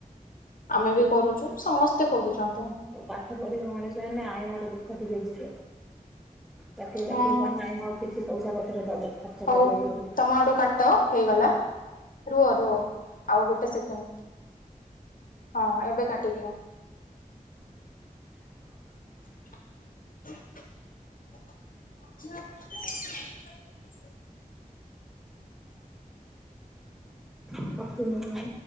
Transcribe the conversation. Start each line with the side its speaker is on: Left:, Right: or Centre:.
Left: ଆମେ ବି କରୁଛୁ ସମସ୍ତେ କରୁଛନ୍ତି।
Centre: ପାଠ ପଢିକି ମଣିଷ ଏ ଆଇନାର ଦୁଃଖ ଟିକେ ଯିବେ। ଚାକିରୀ ବାକିରିୀ
Left: ହଁ
Centre: ତ ନାହିଁ ଆଉ କିଛି ପଇସା ପତ୍ର ଦବ। ଖର୍ଚ୍ଚ
Left: ହଉ
Centre: କରିବ ବୁଝିଲ।
Left: ତମା ଆଡୁ କାଟ। ହେଇଗଲା ରୁହ ରୁହ ଆଉ ଗୋଟେ ସେକେଣ୍ଡ। ହଁ ଏବେ କାଟିଦିଅ।
Centre: ଅଁହାକେଉଁ
Left: <unintelligible>
Centre: କଟୁନି